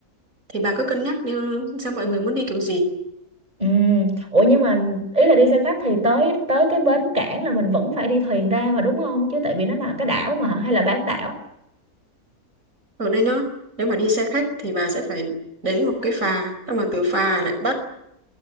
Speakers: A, on the right; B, on the right.
A: thì bà cứ cân nhắc đi xem mọi người muốn đi kiểu gì
B: ừ. Ủa nhưng mà ý là đi xe khách thì tới tới cái bến cảng là mình vẫn phải đi thuyền ra mà đúng không? Chứ tại vì nó là cái đảo mà hả? hay là bán đảo?
A: ở đây nhá, nếu mà đi xe khách thì bà sẽ phải đến một cái phà, xong rồi từ phà lại bắt